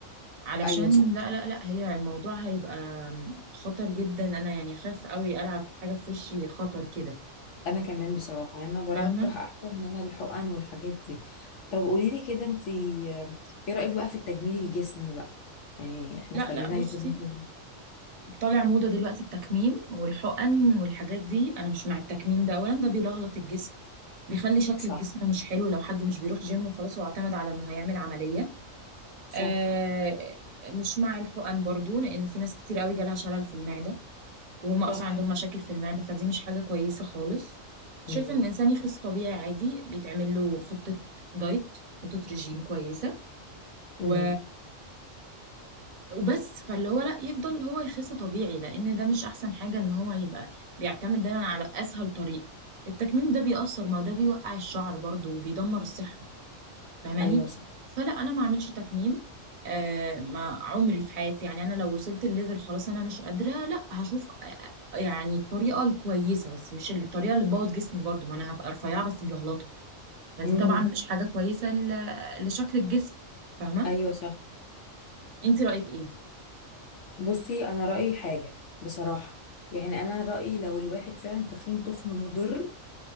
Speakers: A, on the right; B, on the left.
A: علشان
B: ايوه صح
A: لا لا لا هي الموضوع هيبقى خطر جدا انا يعني خاف قوي العب في حاجه في وشي خطر كده
B: انا كمان بصراحه يعني انا برجح
A: فاهمه
B: احسن ان انا الحقن والحاجات دي طب قولي لي كده انت ايه رايك بقى في التجميل الجسم بقى يعني احنا
A: لا
B: خلينا
A: لا بصي
B: يتجميل
A: طالع موضة دلوقتي التكميم والحقن والحاجات دي انا مش مع التكميم ده اولا ده بيلهلط الجسم بيخلي شكل
B: صح
A: الجسم مش حلو لو حد مش بيروح جيم وخلاص هو اعتمد على انه هيعمل عملية
B: صح
A: آه مش مع الحقن برضو لان في ناس كتير قوي جالها شلل في المعدة وهم
B: صح
A: اصلا عندهم مشاكل في المعدة فدي مش حاجة كويسة خالص شايف
B: امم
A: ان الانسان يخس طبيعي عادي بيتعمل له خطة دايت خطة رجيم كويسة
B: امم
A: و وبس فاللي هو لا يفضل هو يخس طبيعي لان ده مش احسن حاجه ان هو يبقى بيعتمد دايما على اسهل طريقه التكميم ده بيأثر ما ده بيوقع الشعر برضو وبيدمر الصحه فاهماني
B: ايوه صح
A: فلا انا ما اعملش تكميم آه ما عمري في حياتي يعني انا لو وصلت الليفل خلاص انا مش قادره لا هشوف آه، آه، يعني الطريقه الكويسه بس مش الطريقه اللي تبوظ جسمي برضو ما انا هبقى رفيعه بس ملهلطه فدي
B: امم
A: طبعا مم. مش حاجه كويسه ل- لشكل الجسم فاهمه
B: ايوه صح
A: انت رأيك ايه
B: بصي انا رايي حاجه بصراحه يعني انا رايي لو الواحد فعلا تخين تخن مضر